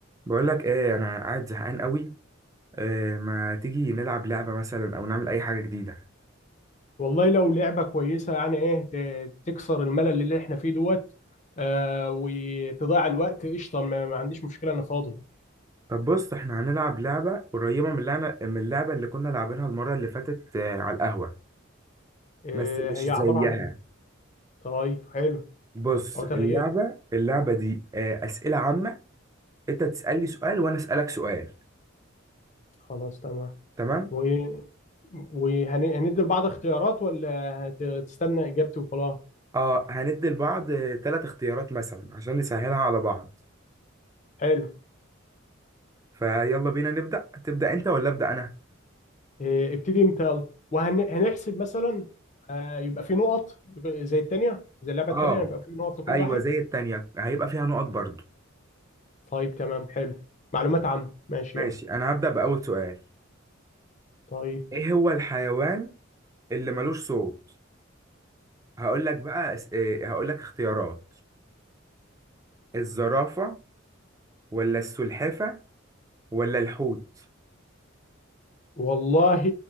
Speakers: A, on the right; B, on the left.
A: بقول لك ايه انا قاعد زهقان قوي إيه ما تيجي نلعب لعبه مثلا او نعمل اي حاجه جديده
B: والله لو لعبة كويسة يعني ايه ت- تكسر الملل اللي احنا فيه دوت آه وتضيع الوقت قشطة ما ما عنديش مشكلة انا فاضي
A: طب بص احنا هنلعب لعبه قريبه من اللعبه من اللعبه اللي كنا لاعبينها المره اللي فاتت آه، على القهوه
B: آه
A: بس مش
B: هي عبارة
A: زيها
B: عن ايه طيب حلو
A: بص
B: او
A: اللعبه
B: تغيير
A: اللعبه دي آه، اسئله عامه انت تسالني سؤال وانا اسالك سؤال
B: خلاص تمام
A: تمام
B: و وهندي لبعض اختيارات ولا هتستنى اجابتي وخلاص
A: اه هندي لبعض ثلاث اختيارات مثلا عشان نسهلها على بعض
B: حلو
A: فيلا بينا نبدا تبدا انت ولا ابدا انا
B: آه ابتدي انت يلا وهنحسب مثلا آه يبقى في نقط يبقى زي التانية زي اللعبة
A: اه
B: التانية يبقى في نقط لكل
A: ايوه
B: واحد
A: زي التانية هيبقى فيها نقط برضو
B: طيب تمام حلو معلومات عامة ماشي
A: ماشي
B: يلا
A: انا هبدأ بأول سؤال
B: طيب
A: ايه هو الحيوان اللي ملوش صوت هقول لك بقى أس- إيه هقول لك اختيارات الزرافة ولا السلحفة ولا الحوت
B: والله